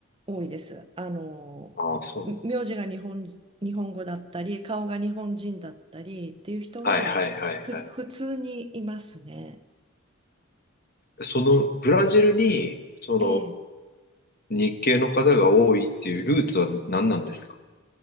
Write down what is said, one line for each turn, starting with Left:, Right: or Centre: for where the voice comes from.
Right: 多いです。あの、
Left: ああ、そうなんです。
Right: 名字が日本、日本語だったり、顔が日本人だったりっていう人は、
Left: はいはいはいはい。
Right: ふ、普通にいますね。
Left: そのブラジルに、そ
Right: ええ
Left: の、日系の方が多いっていうルーツは何なんですか